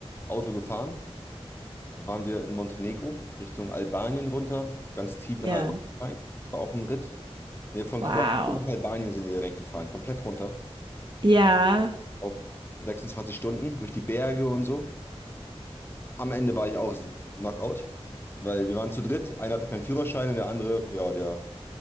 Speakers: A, on the left; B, on the right.
A: Auto gefahren. Da waren wir in Montenegro, Richtung Albanien runter, ganz tief nach
B: Ja.
A: Albanien rein. Das war auch ein Ritt. Nee, von
B: Wow.
A: Kroatien nach Albanien sind wir direkt gefahren, komplett runter.
B: Ja.
A: Auch 26 Stunden durch die Berge und so. Am Ende war ich auch Knockout, weil wir waren zu dritt. Einer hatte keinen Führerschein und der andere, ja, der